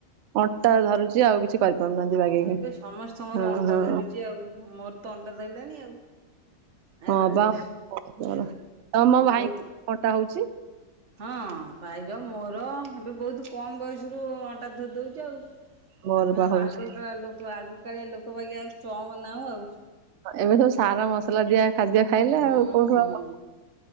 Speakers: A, on the right; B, on the right.
A: ଅଣ୍ଟା ଧରୁଛି ଆଉ କିଛି କରିପାରୁନାହାନ୍ତି
B: ହଁ
A: ବାଗେଇକି
B: ଏବେ ସମସ୍ତଙ୍କର
A: ହଁ
B: ଅଣ୍ଟା
A: ହଁ
B: ଧରୁଛି ଆଉ ମୋର ତ ଅଣ୍ଟା ଧଇଲାଣି ଆଉ। <inaudible>
A: ହଁ ବା
B: କହିବି
A: <unintelligible>
B: ଏବେ ଏବେ
A: ଭାଇ
B: ବହୁତ
A: <unintelligible>
B: ହଁ ଭାଇର ମୋର ଏବେ ବହୁତ କମ୍ ବୟସରୁୁ ଅଣ୍ଟା ଧରି ଦଉଛି ଆଉ।
A: ମୋର
B: ଆମେ
A: ବା
B: ଆଉ
A: ହଉଛି
B: ଆଗକା ଲୋକ ଆଗ କାଳିଆ ଲୋକ ବାଗିଆ ଆଉ ଷ୍ଟ୍ରଙ୍ଗ ନାହୁଁ ଆଉ।
A: ଏବେ ସବୁ ସାର ମସଲା ଦିଆ ଖାଦ୍ୟ ଖାଇଲେ
B: ହୁଁ
A: ଆଉ କୋଉଠୁ ଆଉ